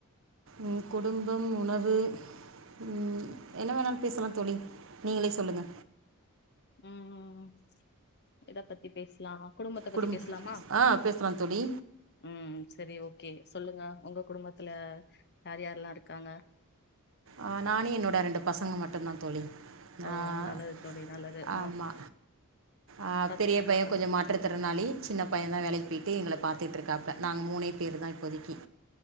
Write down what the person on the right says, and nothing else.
உம் குடும்பம் உணவு ம் என்ன வேணாலும் பேசலா தோழி நீங்களே சொல்லுங்க
குடும்
ஆ பேசலாம் தோழி
ஆஹ் நானு என்னோட ரெண்டு பசங்க மட்டும்தா தோழி
ஆஹ்
ஆமா ஆஹ்
பெரிய
பைய
கொஞ்சோ மாற்றுத்திறனாளி சின்ன பையன் தா
வேலைக்கு போய்ட்டு எங்கள பார்த்துட்டு இருக்காப்புல நாங்க மூணே இது தா இப்போதைக்கி